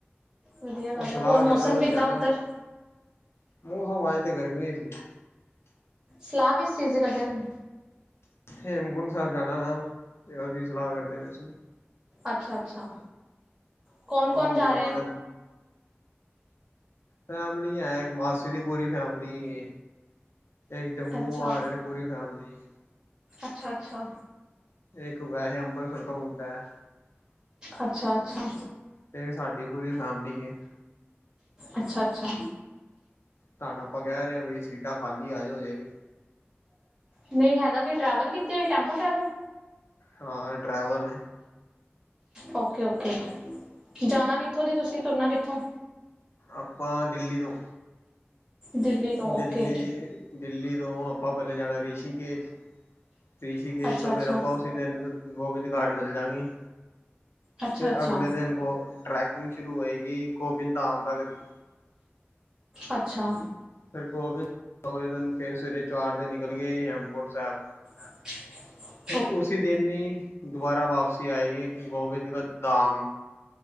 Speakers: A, on the right; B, on the left.
A: ਵਧੀਆ ਗੱਲ
B: ਉਹ ਸਲਾਹ
A: ਹੈ, ਹੋਰ
B: ਕਰਦੇ
A: ਮੌਸਮ
B: ਪਏ ਹੁੰਦੇ
A: ਕਿੱਦਾਂ
B: ਆ। ਨਾ
A: ਉੱਧਰ?
B: ਮੌਸਮ ਅੱਜ ਤੇ ਗਰਮੀ ਐ ਜੀ।
A: ਸਲਾਹ ਕਿਸ ਚੀਜ਼ ਦੀ ਕਰਦੇ ਹੋ?
B: ਹੇਮਕੁੰਟ ਸਾਹਿਬ ਜਾਣਾ ਨਾ ਤੇ ਉਹਦੀ ਸਲਾਹ ਕਰਦੇ ਪਏ ਸੀ।
A: ਅੱਛਾ-ਅੱਛਾ, ਕੌਣ-ਕੌਣ
B: ਉਹ
A: ਜਾ
B: ਹੁਣ ਉਹਨਾਂ
A: ਰੇਆ?
B: ਨੇ ਫੈਮਿਲੀ ਐ ਇੱਕ ਮਾਸੀ ਦੀ ਪੂਰੀ ਫੈਮਿਲੀ ਏ ਇੱਕ ਜੰਮੂ
A: ਅੱਛਾ,
B: ਆ ਰੇ ਨੇ। ਪੂਰੀ ਫੈਮਿਲੀ।
A: ਅੱਛਾ-ਅੱਛਾ।
B: ਇੱਕ ਵੈਹੇ ਅੰਬਰਸਰ ਤੋਂ ਮੁਂਡਾ ਐ।
A: ਅੱਛਾ-ਅੱਛਾ।
B: ਤੇ ਸਾਡੀ ਪੂਰੀ ਫੈਮਿਲੀ ਏ।
A: ਅੱਛਾ-ਅੱਛਾ।
B: ਤਾਨੂੰ ਆਪਾਂ ਕੈ ਰਹੇ ਆਂ ਭਈ ਸੀਟਾਂ ਖਾਲੀ ਏ ਆਜੋ ਅਜੇ ਵੀ।
A: ਨਈ ਹੈਗਾ ਕੀ ਟਰੈਵਲ ਕੀਤੀ ਹੋਈ ਟੈਂਪੂ ਟਰੈਵਲ।
B: ਹਾਂ ਐ ਟੈਰਵਲ ਏ।
A: ਓਕੇ-ਓਕੇ ਜਾਣਾ ਕਿੱਥੋਂ ਦੀ ਤੁਸੀਂ ਤੁਰਨਾ ਕਿੱਥੋਂ?
B: ਆਪਾਂ ਦਿੱਲੀ ਤੋਂ।
A: ਦਿੱਲੀ ਤੋਂ
B: ਦਿੱਲੀ
A: ਓਕੇ
B: ਦਿੱਲੀ ਤੋਂ ਆਪਾਂ ਪੈਲੇ ਆਪਾ ਜਾਣਾ ਰਿਸ਼ੀਕੇਸ਼, ਰਿਸ਼ੀਕੇਸ਼
A: ਅੱਛਾ
B: ਤੋਂ
A: ਅੱਛਾ
B: ਫੇਰ ਆਪਾਂ ਉਸੀ ਟੈਮ ਗੋਬਿੰਦ ਘਾਟ ਚੱਲ ਜਾਗੀ
A: ਅੱਛਾ
B: ਫਿਰ
A: ਅੱਛਾ
B: ਅਗਲੇ ਦਿਨ ਗੋ ਟਰੈਕ ਤੇ ਸ਼ੁਰੂ ਹੋਏਗੀ ਗੋਬਿੰਦ ਧਾਮ ਤੱਕ ਦੀ।
A: ਅੱਛਾ।
B: ਫਿਰ ਗੋਬਿੰਦ <inaudible> ਫਿਰ ਸਵੇਰੇ ਚਾਰ ਵਜੇ ਨਿਕਲ ਗੇ ਹੇਮਕੁੰਟ ਸੈਬ।
A: ਅੱਛ
B: ਫਿਰ ਉਸੀ ਦਿਨ ਈ ਦੋਬਾਰਾ ਵਾਪਸੀ ਆਏਗੇ ਗੋਬਿੰਦ ਧਾਮ।